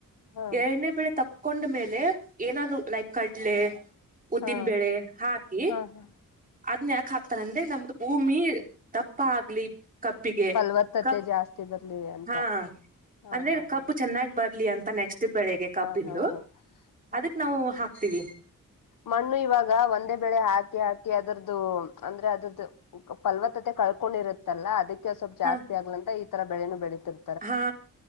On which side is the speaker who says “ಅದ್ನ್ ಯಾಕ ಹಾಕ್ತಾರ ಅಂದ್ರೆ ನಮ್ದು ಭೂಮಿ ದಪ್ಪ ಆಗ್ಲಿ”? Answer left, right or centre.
Right